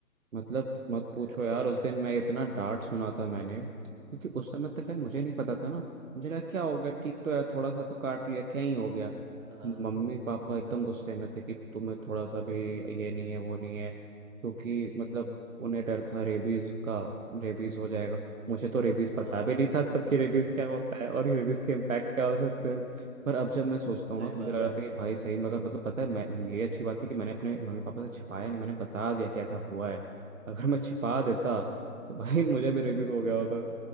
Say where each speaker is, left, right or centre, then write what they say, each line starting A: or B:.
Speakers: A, on the right (about 60°); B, on the right (about 80°).
A: मतलब मत पूछो
B: अरे
A: यार
B: यार
A: उस दिन मैं इतना डांट
B: हम्म,
A: सुना था मैंने क्योंकि उस
B: हम्म,
A: समय तक यार मुझे नहीं पता था ना मुझे लगा क्या हो गया ठीक तो है थोड़ा सा तो
B: हाँ
A: काट लिया क्या ही हो गया
B: हाँ
A: मम्मी
B: हम्म,
A: पापा एकदम गुस्से में थे कि तुम्हें थोड़ा सा
B: <laughs>
A: भी ये नहीं है वो नहीं है क्योंकि
B: हम्म,
A: मतलब उन्हें डर था रेबीज का रेबीज हो जाएगा मुझे तो रेबीज
B: हाँ
A: पता भी नहीं था तब
B: हाँ
A: कि रेबीज क्या होता है और रेबीज के इम्पैक्ट क्या हो सकते
B: <laughs>
A: हैं पर अब जब मैं सोचता हूँ
B: सही
A: ना तो
B: बात
A: मुझे लग रहा
B: है
A: था कि भाई सही मगर मतलब पता है मैं ये अच्छी बात थी कि मैंने अपने मम्मी पापा से छिपाया नहीं मैंने बता दिया कि ऐसा हुआ है अगर मैं छिपा देता
B: हम्म।
A: तो भाई मुझे भी रेबीज हो गया होता